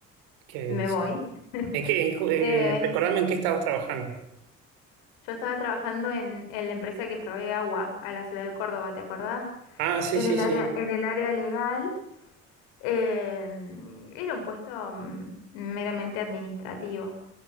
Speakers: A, on the right (about 75°); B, on the left (about 75°).
A: que
B: me
A: sí.
B: voy. <laughs>
A: ¿En qué, en cu- eh,
B: Eh,
A: recordame en qué estabas trabajando.
B: Yo estaba trabajando en, en la empresa que provee agua a la ciudad de Córdoba, ¿te acordás?
A: Ah, sí,
B: En
A: sí,
B: el
A: sí.
B: área, en el área legal, em, era un puesto mm, meramente administrativo.